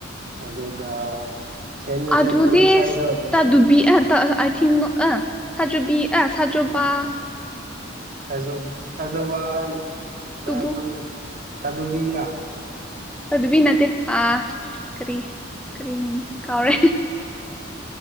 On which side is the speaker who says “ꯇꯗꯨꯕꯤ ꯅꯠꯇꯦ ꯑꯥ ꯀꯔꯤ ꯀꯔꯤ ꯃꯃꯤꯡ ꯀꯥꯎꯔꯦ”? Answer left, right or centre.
Centre